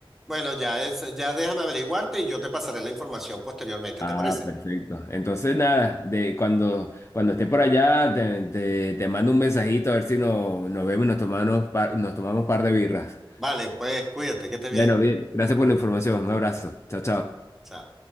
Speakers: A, in the centre; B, on the left.
A: Bueno, ya es, ya déjame averiguarte y yo te pasaré la información posteriormente, ¿te
B: Ah,
A: parece?
B: perfecto. Entonces, nada, de cuando, cuando esté por allá, te, te, te mando un mensajito a ver si no- nos vemos y nos tomamos, par- nos tomamos un par de birras.
A: Vale, pues cuídate, que estés
B: Bueno,
A: bien.
B: bien, gracias por la información. Un abrazo. Chao, chao.
A: Chao.